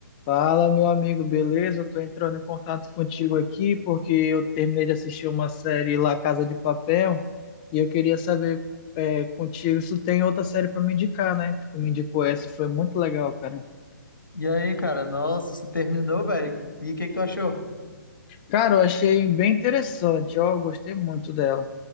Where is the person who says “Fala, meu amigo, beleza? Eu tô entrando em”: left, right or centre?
Left